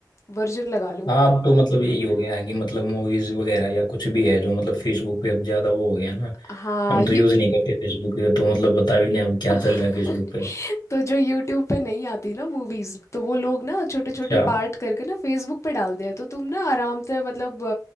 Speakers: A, on the left (about 40°); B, on the left (about 80°).
A: वर्जन लगा लो
B: हाँ अब तो मतलब यही हो गया है कि मतलब मूवीज वगैरह या कुछ भी है जो मतलब फेसबुक पे अब ज्यादा वो हो गया ना
A: हाँ
B: हम
A: ये
B: तो यूज नहीं करते फेसबुक पे तो मतलब बता भी नहीं अब क्या
A: <laughs>
B: चल रहा है फेसबुक
A: <laughs>
B: पे
A: तो जो यूट्यूब पे नहीं आती ना मूवीज तो वो लोग ना छोटे छोटे
B: अच्छा
A: पार्ट करके ना फेसबुक पे डालते हैं तो तुम ना आराम से मतलब अ,